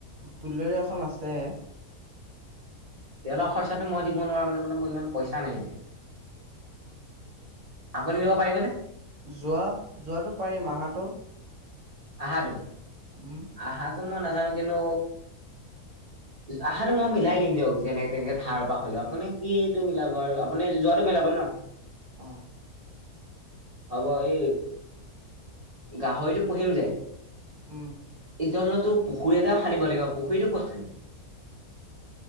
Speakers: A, on the right; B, on the right.
A: বুলেৰো এখন আছে।
B: তেলৰ খৰচাটো মই দিব নোৱাৰো <unintelligible> মানে মোৰ ইমান পইচা নাই এতিয়া। আপুনি দিব পাৰিবনে?
A: যোৱা, যোৱাটো পাৰিম আহাটো?
B: আহাটো?
A: উম।
B: আহাটো মই নাজানো, কিন্তু অ', আহাটো মই মিলাই দিম দিয়ক, যেনে তেনে ধাৰৰ পৰা হ'লেও আপুনি এইটো মিলাব আৰু আপুনি যোৱাটো মিলাব ন!
A: অ'।
B: হ'ব এই গাহৰিটো পুহিম যে
A: উম।
B: <unintelligible> পুখুৰী এটাও খান্দিব লাগিব, পুখুৰীতো ক'ত খানিম?